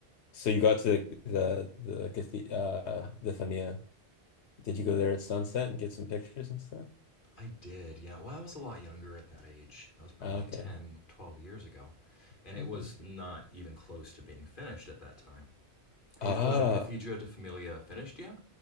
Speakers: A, on the left; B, on the left.
A: so you got to the the the, cathe- uh, the Famia. Did you go there at sunset and get some pictures and stuff?
B: I did. Yeah. Well, I was a lot younger at that age. That was probably
A: Ah, Okay,
B: 10, 12 years ago. And
A: okay.
B: it was not even close to being finished at that time.
A: Ah,
B: Is the Cathedra de Familia finished yet?